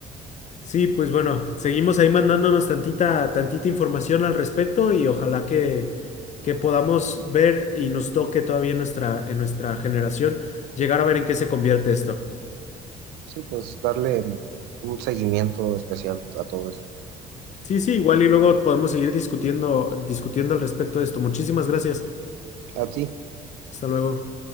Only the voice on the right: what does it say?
Sí, pues darle un seguimiento especial a todo eso.
¿A ti?